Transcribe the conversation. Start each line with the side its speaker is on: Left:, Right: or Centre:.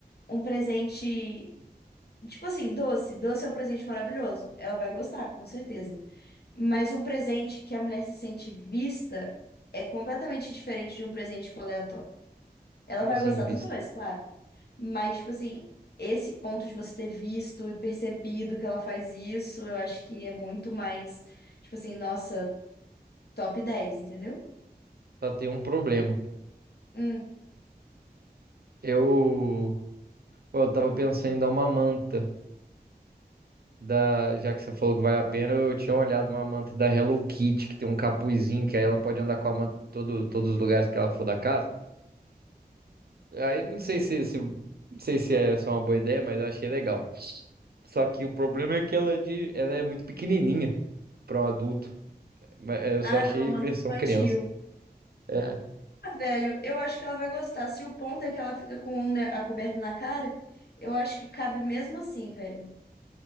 Left: um presente. Tipo assim, doce. Doce é um presente maravilhoso. Ela vai gostar, com certeza. Mas um presente que a mulher se sente vista é completamente diferente de um presente, tipo, aleatório. Ela
Right: Como
Left: vai
Right: assim,
Left: gostar
Right: bista?
Left: dos dois, claro. Mas, tipo assim, esse ponto de você ter visto e percebido que ela faz isso, eu acho que é muito mais, tipo assim, nossa, top 10 entendeu?
Right: Só tem um problema.
Left: Hum.
Right: Eu, pô, eu tava pensando em dar uma manta. Da, já que você falou que vale a pena, eu tinha olhado uma manta da Hello Kitty, que tem um capuzinho, que aí ela pode andar com a manta em todo, todos os lugares que ela for da casa. Aí eu não sei se, se, não sei se é só uma boa ideia, mas eu achei legal. Só que o problema é que ela é, de, ela é muito pequenininha para um adulto. Mas, é, Eu
Left: Ah,
Right: só achei
Left: ela é uma amante
Right: versão
Left: infantil.
Right: criança. É,
Left: Ah, velho, eu acho que ela vai gostar. Se o ponto é que ela fica com um, né, a coberta na cara, eu acho que cabe mesmo assim, velho.